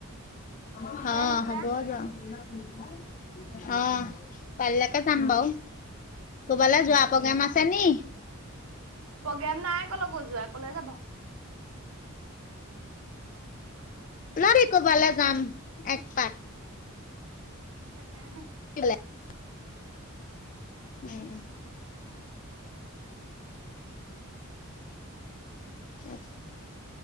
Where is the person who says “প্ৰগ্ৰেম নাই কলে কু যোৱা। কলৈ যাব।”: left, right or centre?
Right